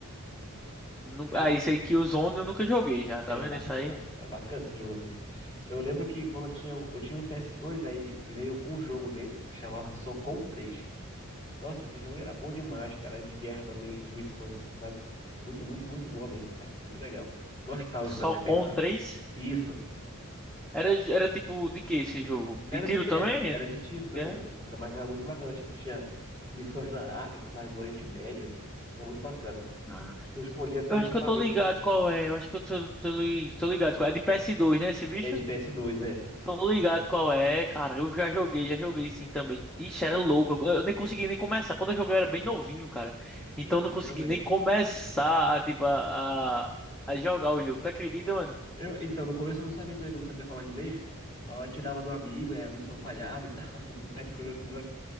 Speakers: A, in the centre; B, on the left.
A: Nu-
B: Cara,
A: Ah, isso aí que o Zone eu nunca joguei já, tá
B: era
A: vendo
B: bacana,
A: isso aí?
B: era bacana esse jogo assim. Eu lembro que quando eu tinha, um- eu tinha um PS2, aí veio com um jogo dentro que chamava Socom 3. Nossa, esse jogo era bom demais, cara. Era de guerra também, de missões, assim, sabe? Muito, muito, muito boa mesmo, cara. Muito legal. Nostálgico
A: Só
B: até
A: com
B: pensar.
A: 3.
B: Isso.
A: Era, de- era tipo de que esse jogo? De
B: Era
A: tiro
B: de guerra,
A: também?
B: era de tiro também,
A: É?
B: era, era- mas era muito bacana. Tipo, tinha missões na África, sabe? No Oriente Médio. Era muito bacana.
A: Ah,
B: Eu escolhi até
A: eu
B: o
A: acho
B: equipamento.
A: que eu tô ligado qual é. Eu acho que eu tô, tô, li- tô ligado qual é. É de PS2, né, esse bicho?
B: É de PS2, é.
A: Tô ligado qual é, cara. Eu já joguei, já joguei sim também. Ixi,
B: Nossa.
A: era louco. Eu eu nem consegui nem começar. Quando eu joguei eu era bem novinho, cara. Então
B: Então,
A: eu não consegui
B: também.
A: nem começar a, tipo, a, a, a jogar o jogo. Tu acredita, mano?
B: Eu, então, no começo eu não sabia também, que eu não sabia falar inglês. Aí eu atirava no amigo, aí a missão falhava e tal. <laughs> Um bocado de coisa assim, sabe?